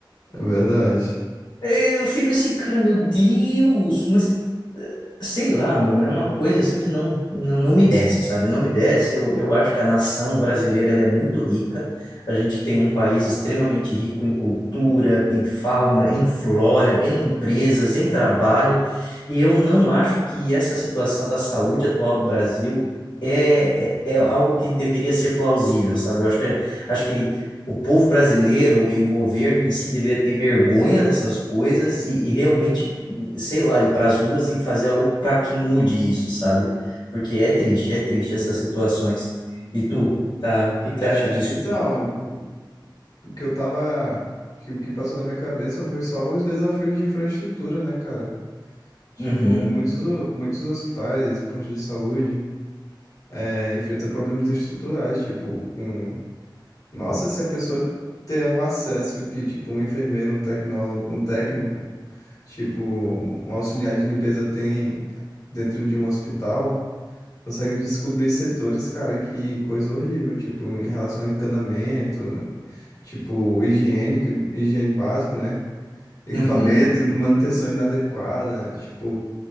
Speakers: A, on the left; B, on the left.
A: É verdade.
B: eu fico assim, cara, meu Deus, mas eh, sei lá, mano, é uma coisa assim que não, não, não me desce, sabe? Não me desce. Eu, eu acho que a nação brasileira ela é muito rica. A gente tem um país extremamente rico em cultura, em fauna, em flora, em empresas, em trabalho. E eu não acho que essa situação da saúde atual do Brasil é, é, é algo que deveria ser plausível, sabe? Eu acho que, acho que o povo brasileiro e o governo em si deveria ter vergonha dessas coisas e, e realmente, sei lá, ir para as ruas e fazer algo para que mude isso, sabe? Porque é triste, é triste essas situações. E tu, tá? O que que
A: É,
B: tu acha disso?
A: então, o que eu tava. Que, o que passou na minha cabeça foi só os desafios de infraestrutura, né, cara? Tipo,
B: Uhum,
A: muitos, o- muitos hospitais, postos de saúde, é, enfrentam problemas estruturais, tipo, com Nossa, se a pessoa ter um acesso que, tipo, um enfermeiro, um tecnólogo, um técnico, tipo, um auxiliar de limpeza tem dentro de um hospital, consegue descobrir setores, cara, que coisa horrível, tipo, em relação a encanamento, tipo, higiene, que- higiene básico, né? Equipamento,
B: uhum,
A: manutenção inadequada, tipo,